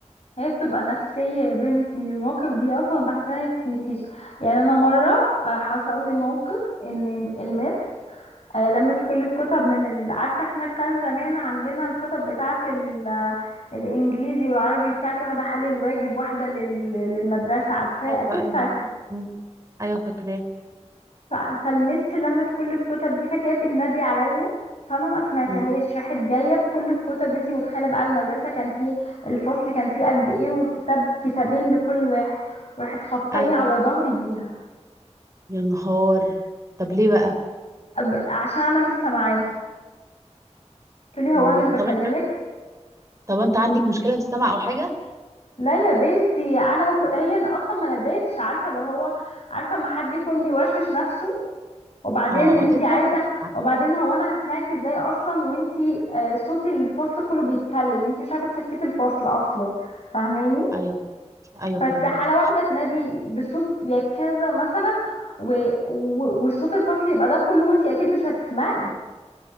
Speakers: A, on the left; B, on the right.
A: هي بتبقى نفسية يا بنتي المواقف دي اصلا بحسها ما بتتنسيش يعني انا مرة آه، حصل لي موقف ان المس آه، لمت كل الكتب من ال... عارفة احنا كان زمان عندنا الكتب بتاعة ال... الإنجليزي والعربي بتاعت واحدة حل الواجب واحدة لل... للمدرسة عارفاه
B: ايوه
A: أكيد
B: ايوه
A: فاكر
B: مم. ايوه فاكراه
A: ف... فالمس لمت كل الكتب دي فكانت بتنادي عليا فأنا ما سمعتهاش
B: مم.
A: راحت جاية بكل الكتب دي انتي متخيلة بقى المدرسة كان فيه الفصل كان فيه قد ايه وكتاب كتابين لكل واحد وراحت خبطاني
B: ايوه
A: على ظهري بيها
B: يا نهار طب ليه بقى
A: أب... عشان أنا مش سامعاها قلت لي هو
B: مم.
A: أنا مش بكلمك
B: طب انت طب انت عندك مشكله في السمع او حاجه
A: لا يا بنتي انا ما كن... هي أنا اصلا ما ناديتش عارفه اللي هو عارفه ما حد يكون بيوشوش نفسه وبعدين
B: اه
A: انتي
B: تتلكك
A: عايزه
B: يعني
A: وبعدين هو انا هسمعك ازاي اصلا وانتي آه صوت الفصل كله بيتكلم انتي مش عارفه تسكتي الفصل اصلا فاهماني
B: ايوه ايوه
A: فاستحاله
B: فاهمك
A: واحده تنادي بصوت يا كذا مثلا و... و... وصوت الفصل يبقى ده كله وانتي اكيد مش هتسمعي